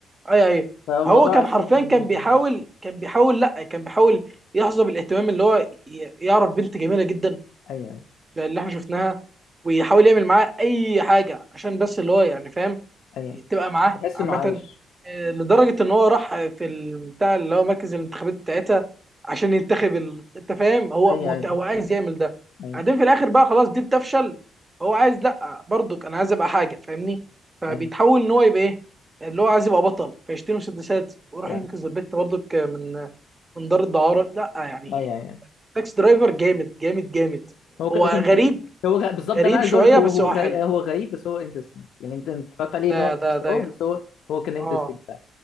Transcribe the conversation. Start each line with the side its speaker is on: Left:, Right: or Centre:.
Right: اي اي
Left: فالموضوع
Right: هو كان
Left: اسهل
Right: حرفيا
Left: من
Right: كان بيحاول
Left: ازمه
Right: كان بيحاول لا كان بيحاول يحظى بالاهتمام اللي هو ي- يعرف بنت جميله جدا
Left: ايوه
Right: زي اللي احنا شفناها ويحاول يعمل معاها اي حاجه عشان بس اللي هو يعني فاهم
Left: ايوه
Right: تبقى معاه
Left: تحس
Right: عامة
Left: انه عايش
Right: آه، لدرجة إن هو راح في البتاع اللي هو مركز الانتخابات بتاعتها عشان ينتخب ال... أنت فاهم هو
Left: ايوه
Right: مهت...
Left: ايوه
Right: هو عايز يعمل ده
Left: ايوه
Right: بعدين في الآخر بقى خلاص دي بتفشل هو عايز لأ برضك أنا عايز أبقى حاجة فاهمني فبيتحول
Left: ايوه
Right: إن هو يبقى إيه اللي هو عايز يبقى بطل فيشتري مسدسات وراح
Left: ف-
Right: ينقذ البت برضك من من دار الدعارة لأ يعني
Left: ايوه ايوه
Right: تاكس درايفر جامد جامد جامد
Left: هو ك-
Right: هو
Left: هو كان
Right: غريب
Left: هو غ- بالظبط
Right: غريب
Left: ده اللي أنا عايز
Right: شوية
Left: اقول لك هو
Right: بس
Left: هو
Right: هو
Left: غريب
Right: حلو
Left: هو غريب بس هو انترستنج يعني انت أنت اتفرجت عليه
Right: ده
Left: اللي هو
Right: ده
Left: بس
Right: ده
Left: هو بس هو هو كان
Right: اه
Left: انترستنج فعلا